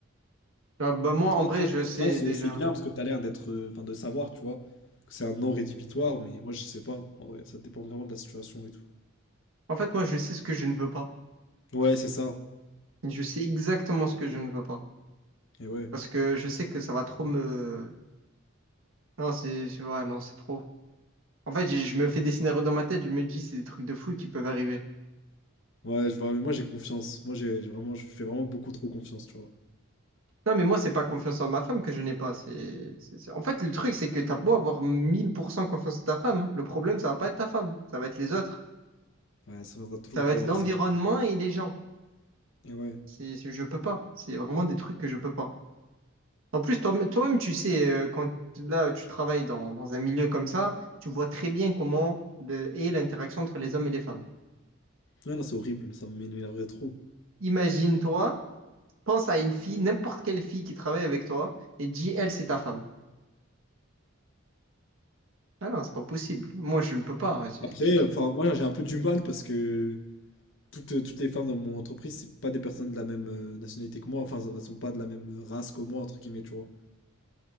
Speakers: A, on the right (about 75°); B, on the left (about 60°).
A: Ah, bah moi,
B: Toi,
A: en vrai,
B: toi,
A: je sais
B: toi,
A: déjà.
B: c'est bien parce que t'as l'air d'être, euh, enfin, de savoir, tu vois, que c'est un non rédhibitoire, mais moi, je sais pas. En vrai, ça dépend vraiment de la situation et tout.
A: En fait, moi, je sais ce que je ne veux pas.
B: Ouais, c'est ça.
A: Je sais exactement ce que je ne veux pas.
B: Et ouais.
A: Parce que je sais que ça va trop me. Non, c'est. Ouais, non, c'est trop. En fait, je je me fais des scénarios dans ma tête, je me dis, c'est des trucs de fou qui peuvent arriver.
B: Ouais, je vois, mais moi, j'ai confiance. Moi, j'ai j'ai vraiment, je fais vraiment beaucoup trop confiance, tu vois.
A: Non, mais moi, c'est pas confiance en ma femme que je n'ai pas. C'est, c'est- c'est- En fait, le truc, c'est que t'as beau avoir 1000% confiance en ta femme. hein, Le problème, ça va pas être ta femme. Ça va être les autres.
B: Ouais, ça viendra toujours
A: Ça
B: dehors,
A: va être l'environnement
B: c'est
A: et les gens.
B: Et ouais.
A: C'est, c'est- je peux pas. C'est vraiment des trucs que je peux pas. En plus, toi, toi-même, tu sais, euh, quand t- là, tu travailles dans, dans un milieu comme ça, tu vois très bien comment le, est l'interaction entre les hommes et les femmes.
B: Ouais, non, c'est horrible, ça m'énerverait trop.
A: Imagine-toi, pense à une fille, n'importe quelle fille qui travaille avec toi, et dis, elle, c'est ta femme. Ah non, c'est pas possible. Moi, je ne peux pas. C'est-
B: Après,
A: c'est-
B: enfin, moi, j'ai un peu du mal parce que. toutes, euh, toutes les femmes dans mon entreprise, c'est pas des personnes de la même euh, nationalité que moi, enfin, elles sont pas de la même euh, race que moi, entre guillemets, tu vois.